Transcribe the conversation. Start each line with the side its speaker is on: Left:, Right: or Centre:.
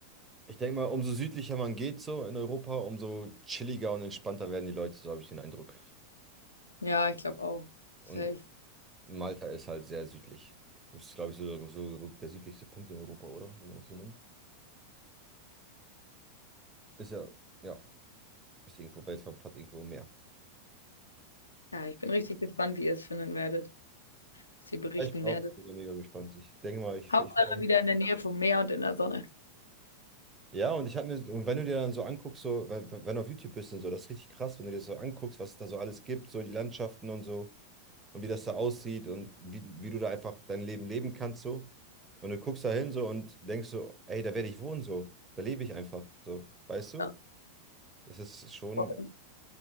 Right: Ich denke mal, umso südlicher man geht so in Europa, umso chilliger und entspannter werden die Leute, so habe ich den Eindruck.
Left: ja, ich glaube auch.
Right: Und
Left: Safe.
Right: Malta ist halt sehr südlich. Ist, glaube ich, so, so der südlichste Punkt in Europa, oder? Wenn man das so nennt. Ist ja, ja, ist irgendwo weltweit, hat irgendwo mehr.
Left: Ja, ich bin richtig gespannt, wie ihr es finden werdet, was ihr berichten
Right: Ich bin auch
Left: werdet.
Right: mega gespannt. Ich denke mal, ich,
Left: Hauptsache
Right: ich bin
Left: wieder in der Nähe vom Meer und in der Sonne.
Right: Ja, und ich habe mir, und wenn du dir dann so anguckst, so, wenn, wenn du auf YouTube bist und so, das ist richtig krass, wenn du dir das so anguckst, was es da so alles gibt, so die Landschaften und so, und wie das da aussieht und wie, wie du da einfach dein Leben leben kannst, so. Und du guckst da hin so und denkst so, ey, da werde ich wohnen, so. Da lebe ich einfach, so. Weißt du?
Left: Ja,
Right: Das ist schon,
Left: voll.